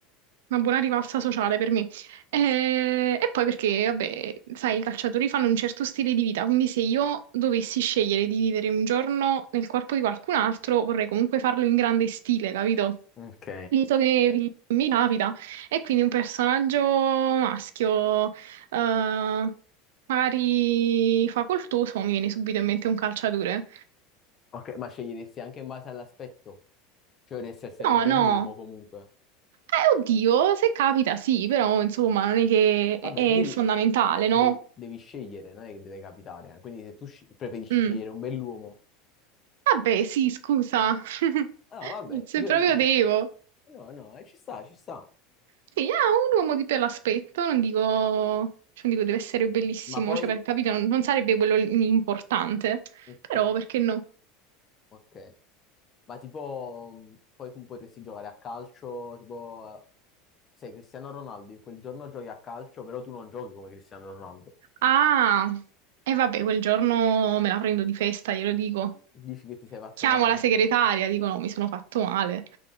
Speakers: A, on the right; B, on the left.
A: una buona rivalsa sociale per me. Eh, e poi perché, vabbè, sai, i calciatori fanno un certo stile di vita, quindi se io dovessi scegliere di vivere un giorno nel corpo di qualcun altro, vorrei comunque farlo in grande stile, capito?
B: ok.
A: Visto che mi capita. E quindi un personaggio maschio, eh, Magari fa col tuo, mi viene subito in mente un calciatore.
B: Ok, ma sceglieresti anche in base all'aspetto. Cioè, dovresti essere
A: No,
B: un bell'uomo
A: no.
B: comunque.
A: Eh, oddio, se capita sì, però insomma non è che
B: Vabbè,
A: è è
B: tu devi,
A: fondamentale, no?
B: devi- devi scegliere, non è che deve capitare. Quindi se tu sci- preferisci
A: Mm.
B: scegliere un bell'uomo.
A: Vabbè, sì, scusa. <laughs>
B: No, vabbè,
A: Se
B: io...
A: proprio
B: io-
A: devo.
B: No, no, eh, ci sta, ci sta.
A: Sì, ah, un uomo di bell'aspetto, non dico, cioè, non dico deve essere bellissimo,
B: Ma poi...
A: cioè per capire non, non sarebbe quello l- importante,
B: Ok,
A: però perché no?
B: ok. Ma tipo... mh, Poi tu potresti giocare a calcio, tipo... eh, Sei Cristiano Ronaldo, in quel giorno giochi a calcio, però tu non giochi come Cristiano Ronaldo.
A: Ah, e vabbè, quel giorno me la prendo di festa, glielo dico.
B: Dici che ti sei fatto
A: Chiamo
B: male?
A: la segretaria, dico no, mi sono fatto male. <laughs>